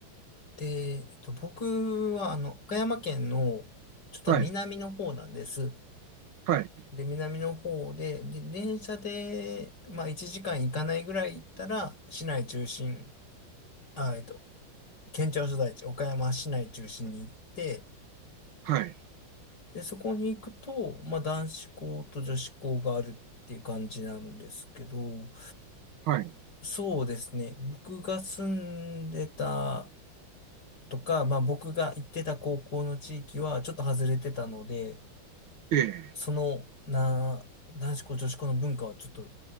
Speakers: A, on the left; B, on the right.
A: で、えっと、僕は、あの、岡山県の、ちょっと南の方なんです。
B: はい、はい、
A: で、南の方で、で、電車で、まあ、1時間行かないぐらい行ったら、市内中心、あ、えっと、県庁所在地、岡山市内中心に行って、
B: はい、
A: で、そこに行くと、まあ、男子校と女子校があるっていう感じなんですけど、
B: はい、
A: そうですね。僕が住んでたとか、まあ、僕が行ってた高校の地域はちょっと外れてたので、
B: ええ。
A: その、な、男子校、女子校の文化はちょっと